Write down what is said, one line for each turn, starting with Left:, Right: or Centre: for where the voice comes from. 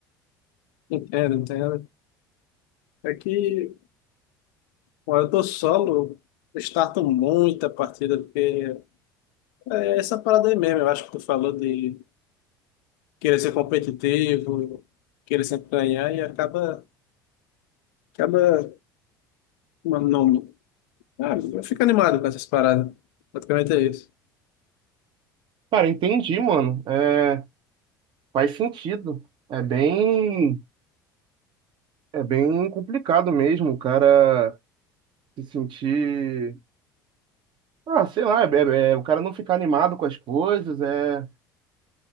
Left: Entendo, entendo. É que, bom, eu tô solo, eu starto muita partida, porque é essa parada aí mesmo. Eu acho que tu falou de querer ser competitivo, querer sempre ganhar, e acaba, acaba, mano, não, ah, eu fico animado com essas paradas. Praticamente é isso.
Right: Cara, entendi, mano. É, faz sentido. É bem, é bem complicado mesmo o cara se sentir. Ah, sei lá, é- é- é o cara não ficar animado com as coisas, é.